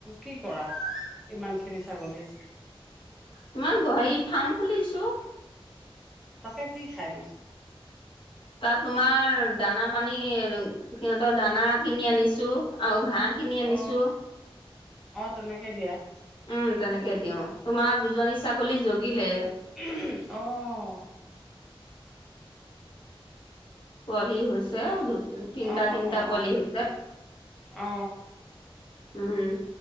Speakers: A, in the centre; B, on the left.
A: কি কৰা ইমান খিনি ছাগলী?
B: তোমাৰ গাহৰি ফাৰ্ম খুলিছো।
A: তাকে কি খায়নো?
B: তাত তোমাৰ দানা পানী সিহঁতৰ দানা কিনি আনিছো আৰু ঘাঁহ কিনি আনিছো।
A: অ অ তেনেকে দিয়া ৷
B: উম তেনেকে দিও তোমাৰ দুজনী ছাগলী জগিলে
A: অহ ।
B: পোৱালি হৈছে দু তিনটা
A: অ
B: তিনটা
A: অ
B: পোৱালি হৈছে
A: অ
B: উম